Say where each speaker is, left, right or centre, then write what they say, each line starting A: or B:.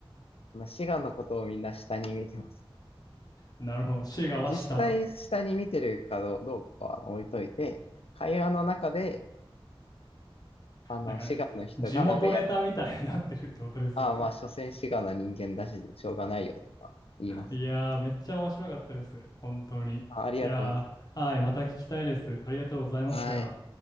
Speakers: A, on the left (about 85°); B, on the left (about 40°).
A: まあ滋賀のことをみんな下に見てます。
B: なるほど。滋賀は下と。
A: 実際下に見てるかどうどうかは置いといて、会話の中で、あの、
B: なんか、
A: 滋賀の人がなんかやるから、
B: 地元ネタみたいになってるってことですよね。
A: ああ、まあ、所詮滋賀の人間だし、しょうがないよとか言います。
B: いやー、めっちゃ面白かったです。本当に。
A: あ、ありがとうござい
B: いやー、はい。また聞きたいです。ありがとうございました。
A: ます。はい。